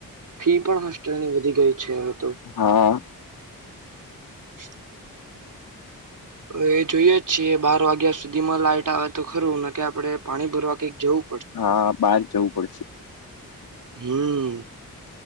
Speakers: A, on the right (about 60°); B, on the left (about 80°).
A: ફી પણ હોસ્ટેલ ની વધી ગઈ છે હવે તો
B: હા
A: <inaudible> હવે એ જોઈએ જ છીએ બાર વાગ્યા સુધીમાં લાઈટ આવે તો ખરું ના કે આપડણે પાણી ભરવા કઈક જવું
B: હા બહાર જવું પડશે.
A: હમ્મ